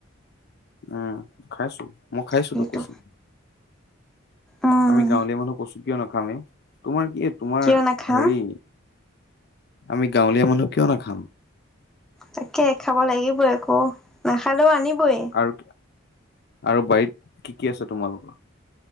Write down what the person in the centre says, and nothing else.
সেইটো।
উম,
কিয় নাখাম
তাকে খাব লাগিবই একো নাখালেও আনিবই।